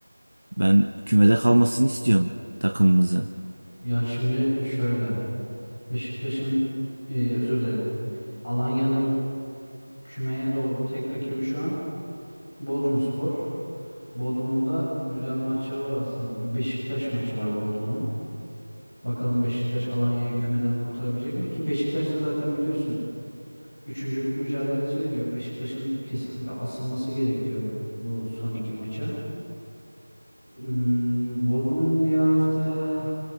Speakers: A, on the right; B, on the left.
A: ben kümede kalmasını istiyorum takımımızın.
B: Ya şimdi şöyle Beşiktaş'ın e, özür dilerim. Alanya'nın kümeye doğru tek rakibi şu an Bodrumspor. Bodrum'un da güzel maçları var aslında. Bir Beşiktaş maçı var Bodrum'un. Bakalım Beşiktaş Alanya'yı kümeden kurtarabilecek mi? Ki Beşiktaş da zaten biliyorsun üçüncülük mücadelesi veriyor. Beşiktaş'ın kesinlikle asılması gerekiyor bu son iki maça. Hmm, Bodrum'un diğer hafta